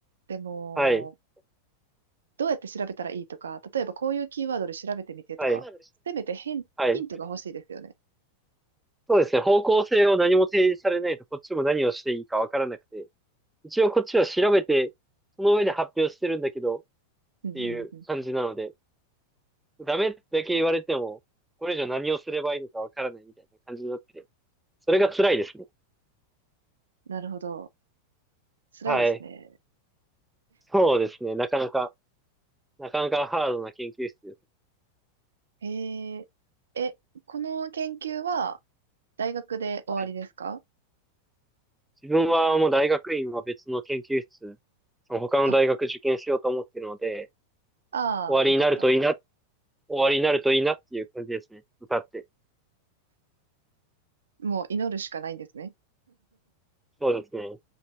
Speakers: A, on the right; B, in the centre.
A: でも、
B: そ
A: どうやって調べたらいいとか、例えばこういうキーワードで調べてみてとか、
B: はい、、はい、は意い、外と
A: せめてヒンヒントが欲しいですよね。
B: はい。そうですね。方向性を何も提示されないと、こっちも何をしていいかわからなくて、一応こっちは調べて、その上で発表してるんだけど、っ
A: うんうんうん。
B: ていう感じなので、ダメだけ言われても、これ以上何をすればいいのかわからないみたいな感じになってて、それが辛いですね。
A: なるほど。辛いですね。
B: はい。そうですね。なかなか、なかなかハードな研究室です。
A: えー、え、この研究は大学で終わりですか
B: はい。自分はもう大学院は別の研究室、その他の大学受験しようと思ってるので、
A: あ、ああ、
B: 終わりになるといいな、
A: よかった。
B: 終わりになるといいなっていう感じですね。歌って。
A: もう祈るしかないんですね。
B: そうですね。